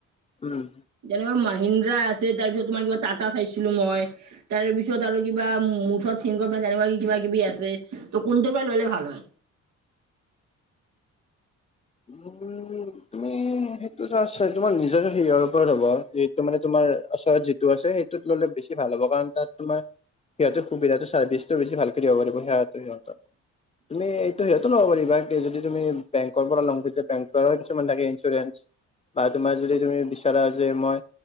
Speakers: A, on the left; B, on the right.
A: উম।
B: যেনেকুৱা মাহিন্দ্ৰা আছে তাৰ পিছত তোমাৰ কিবা টাটা চাইছিলোঁ মই। তাৰ পিছত আৰু কিবা মুঠত চিন তেনেকুৱা কিবা কিবি আছে ত' কোনটো পৰা ল'লে ভাল হয়।
A: উ তুমি তোমাৰ নিজৰ হেৰিয়ৰ ওপৰত হ'ব য এইটো মানে তোমাৰ ওচৰত যিটো আছে সেইটো ললে বেছি ভাল হ'ব কাৰণ তাত তোমাৰ সিহঁৰ সুবিধাটো চাৰ্ভিছটো বেছি ভাল কৰি দিব লাগিব সহঁতে সিহঁতৰ তুমি এইটো সিহতটো নব পাৰিবা কি যদি তুমি বেংক <unintelligible> বেংকৰ কিছুমান থাকে ইঞ্চুৰেঞ্চ বা তোমাৰ যদি তুমি বিচাৰা যে মই